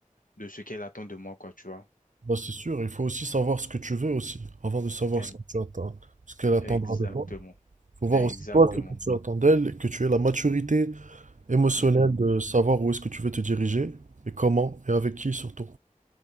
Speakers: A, on the left; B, on the right.
A: de ce qu'elle attend de moi, quoi, tu vois.
B: Bah, c'est sûr, il faut aussi savoir ce que tu veux aussi, avant de savoir
A: E-
B: ce que tu attends, ce qu'elle attendra
A: Exactement.
B: de toi. faut voir
A: Exactement.
B: aussi toi ce que tu attends d'elle, que tu aies la maturité émotionnelle
A: Mhm.
B: de savoir où est-ce que tu veux te diriger et comment et avec qui surtout.